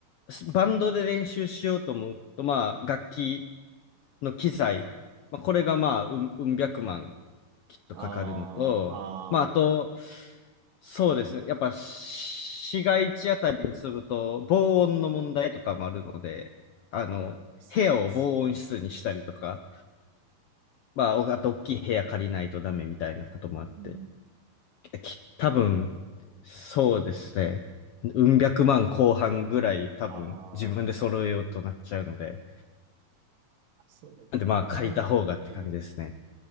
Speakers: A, on the left; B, on the right.
A: スバンドで練習しようと思うと、まあ楽器の機材、まあこれがまあうん、
B: はい。
A: うん百万きっとかかるのと、
B: ああ、
A: まあ、あと、
B: ああ、
A: そうですね。やっぱ、市街地あたりに住むと、防音の問題とかもあるので、あの、
B: あーそうですよね。
A: 部屋を防音室にしたりとか、まあ、おあと、大きい部屋借りないとダメみたいなこともあって、
B: うん、
A: き多分、そうですね。うん百万後半ぐらい、多分、
B: あ
A: 自分で揃えようとなっちゃうので、
B: あ、そうやったなっていう。
A: なんで、まあ、借りた方がって感じですね。